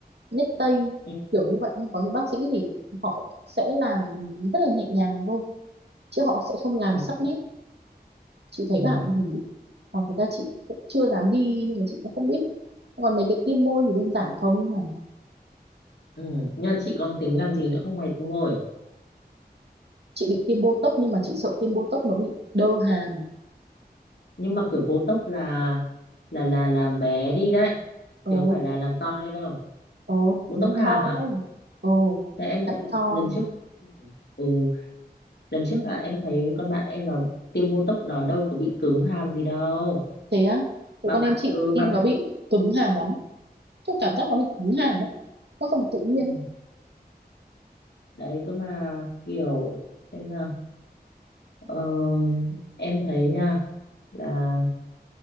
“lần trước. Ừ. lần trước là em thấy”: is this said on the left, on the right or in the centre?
Left